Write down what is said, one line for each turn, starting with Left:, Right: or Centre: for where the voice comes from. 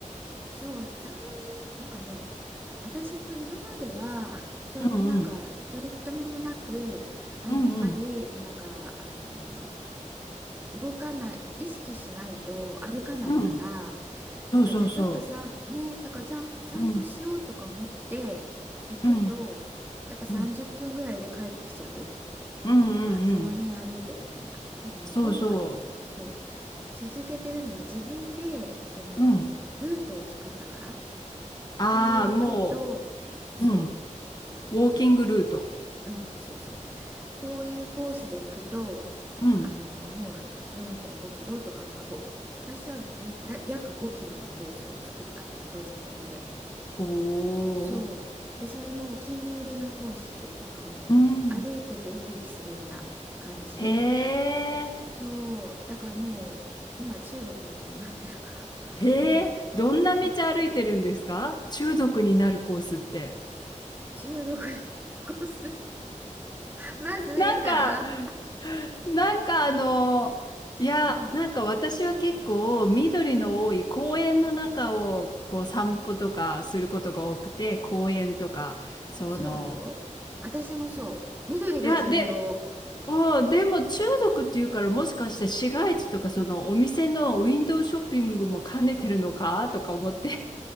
Right: そう3、40なんかね私も今まではそうやってなんか取り留めもなくあやっぱりなんかあのー
Left: うんうん。うんうん。
Right: 動かない意識しないと歩かないから
Left: うん。そうそうそう。
Right: なんかじゃあちょっとさんねだからちゃん散歩しようとか思って行くとやっぱ30分ぐらいで帰ってきちゃう
Left: うん、うん、うん、うん、うん、
Right: なんかその辺歩いてみたいなでもね今回そう
Left: うん。そうそ
Right: 続けてるのは自分でそのルートを作ったから
Left: う。うん。ああ、
Right: こう行くとそ
Left: もう、うん。ウォーキングルート。
Right: ううんそうそうこういうコースで行くとあのもう4.5キロとかまあ5私はえら約5キロのコースを作ったんだけど自分で
Left: うん。おー。
Right: そうでそれもお気に入りのコースなんかもう歩いててウキウキするような感じ
Left: うん。へえ。
Right: そうだからもう今中毒みたいになってるか
Left: へえ。
Right: らもういい
Left: どんな道歩いてるんですか中毒になるコースって。
Right: 中毒になるコース。まず家から。
Left: なんか、なんかあの、いや、
Right: うん、
Left: なんか私は結構緑の多い公園の中をこう散歩とかすることが多くて、
Right: うん、
Left: 公園とか、その、
Right: そうだよ。私もそう。緑が重要。
Left: いや、で、お、でも中毒っていうからもしかして市街地とかそのお店のウィンドウショッピングも兼ねてるのかとか思って。